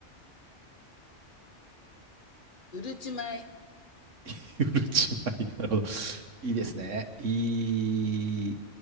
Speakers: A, on the left; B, on the right.
A: うるち米。
B: <laughs> うるち米。なるほど。いいですね。い